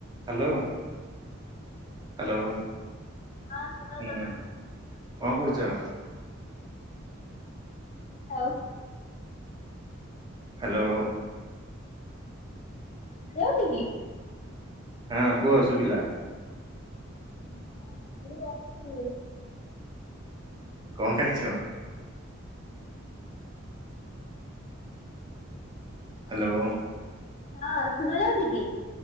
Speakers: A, on the right (about 20°); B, on the left (about 35°).
A: Hello hello.
B: ହଁ ଶୁଭାଗଲା।
A: ହୁଁ କଣ କରୁଛ।
B: ଆଉ।
A: ହାଲୋ।
B: ଭଲ ଲାଗୁନିକି।
A: ହଁ କୁହସୁଭିଲା।
B: ହଁ ଏଇଠି କି ଆସିଥିଲି।
A: କଁ ଖାଇଛ। ହାଲୋ।
B: ନାଁ ଶୁଭା ସାଉଚିକି।